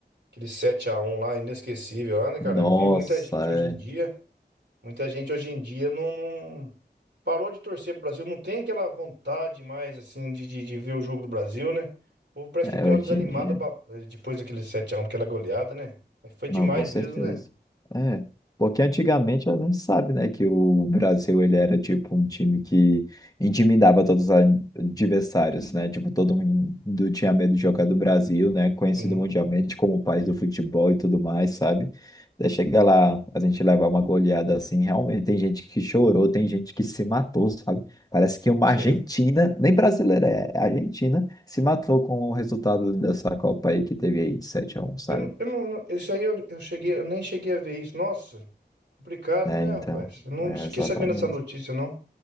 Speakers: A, on the right; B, on the left.
A: aquele sete a um lá, inesquecível lá, né,
B: Nossa,
A: cara? Eu vi muita gente hoje em dia, muita gente hoje em dia não, não- parou de torcer pro Brasil, não tem aquela vontade mais, assim, de, de, de ver o jogo do Brasil, né? O povo parece
B: é.
A: que deu
B: É, hoje
A: uma desanimada
B: em dia.
A: ba- depois daquele sete a um daquela goleada, né? Mas Foi demais
B: Não, com certeza.
A: mesmo, né?
B: É, porque antigamente a gente sabe, né, que o Brasil ele era tipo um time que intimidava todos os adversários, né? Tipo, todo mundo tinha medo de jogar do Brasil, né? Conhecido
A: Sim.
B: mundialmente como o país do futebol e tudo mais, sabe? Daí chega lá, a gente levar uma goleada assim, realmente tem gente que chorou, tem gente que se matou, sabe? Parece que uma
A: Cê-
B: Argentina, nem brasileira é, Argentina, se matou com o resultado dessa Copa aí que teve aí de 7 a um sabe?
A: Eu, eu não, eu não- isso aí eu, eu cheguei, eu nem cheguei a ver isso. Nossa, complicado,
B: É,
A: né,
B: então,
A: rapaz? Eu não
B: é,
A: fiquei
B: exatamente.
A: sabendo dessa notícia, não.